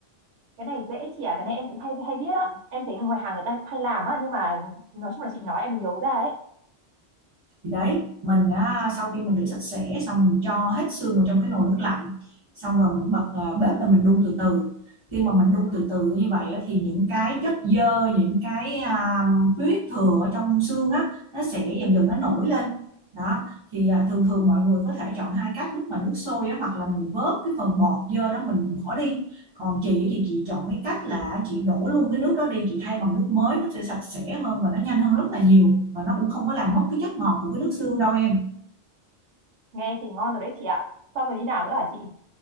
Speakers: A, on the right (about 80°); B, on the right (about 30°).
A: Cái này dễ chị à, cái này em cũng hay hay biết á. Em thấy hàng ngoài hàng người ta cũng hay làm á nhưng mà nói chung là chị nói em mới nhớ ra đấy.
B: thì đấy mình đã sau khi mình rửa sạch sẽ xong mình cho hết xương vào trong cái nồi nước lạnh xong rồi mình bật ờ, bếp lên mình đun từ từ khi mà mình đun từ từ như vậy á, thì những cái chất xơ những cái à, huyết thừa ở trong xương á nó sẽ dần dần nó nổi lên đó thì à, thường thường mọi người có thể chọn hai cách lúc mà nước sôi á, hoặc là mình vớt cái phần bọt dơ đó mình bỏ đi còn chị thì chị chọn cái cách là chị đổ luôn cái nước đó đi chị thay bằng nước mới nó sẽ sạch sẽ hơn và nó nhanh hơn rất là nhiều mà nó cũng không có làm mất cái chất ngọt của cái nước xương đâu em
A: Nghe thì ngon rồi đấy chị ạ. Xong rồi như nào nữa hả chị?